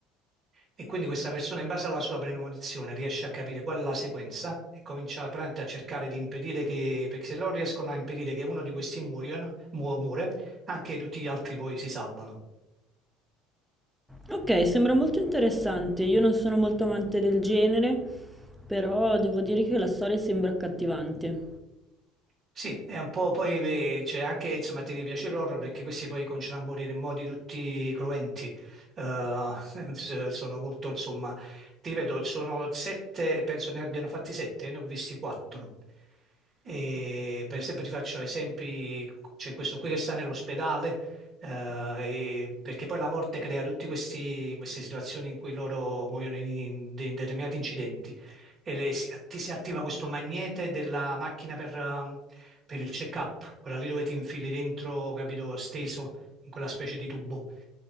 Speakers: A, on the right; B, in the centre.
A: E quindi questa persona, in base alla sua premonizione, riesce a capire qual è la sequenza e comincia praticamente a cercare di impedire che, perché se loro riescono a impedire che uno di questi muoiono, muo- muore, anche tutti gli altri poi si salvano.
B: Ok, sembra molto interessante. Io non sono molto amante del genere, però devo dire che la storia sembra accattivante.
A: Sì, è un po' poi beh, c'è anche, insomma, ti piace l'horror perché questi poi cominciano a morire in modi tutti cruenti, Eh, <laughs> s- sono molto, insomma, ti ripeto, sono sette, penso ne abbiano fatti sette, ne ho visti quattro, e per esempio ti faccio esempi, c'è questo qui che sta nell'ospedale, eh, e- perché poi la morte crea tutte queste situazioni in cui loro muoiono in, in de- in determinati incidenti e le si, ti si attiva questo magnete della macchina per, ehm, per il check-up, quella lì dove ti infili dentro, capito, steso in quella specie di tubo.